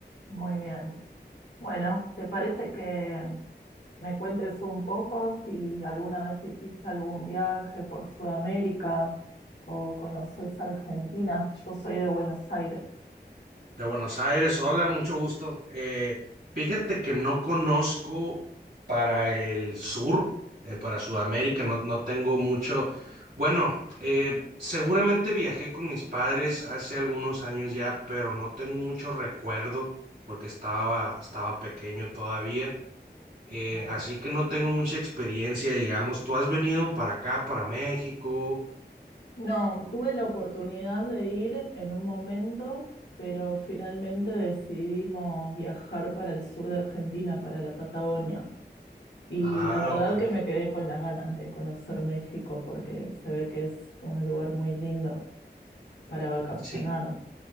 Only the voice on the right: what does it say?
De Buenos Aires, hola, mucho gusto. Eh, fíjate que no conozco para el sur, eh, para Sudamérica, no, no tengo mucho. Bueno, eh, seguramente viajé con mis padres hace algunos años ya, pero no tengo mucho recuerdo porque estaba, estaba pequeño todavía. Eh,
así que no tengo mucha experiencia, digamos. ¿Tú has venido para acá, para México?
Ah,
ok. No,
Sí,